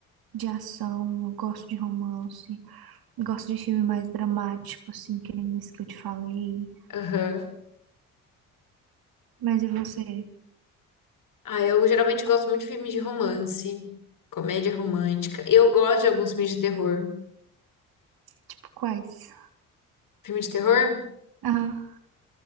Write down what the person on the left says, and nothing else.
Aham.
Ah, eu geralmente gosto muito de filmes de romance, comédia romântica. Eu gosto de alguns filmes de terror.
Filme de terror?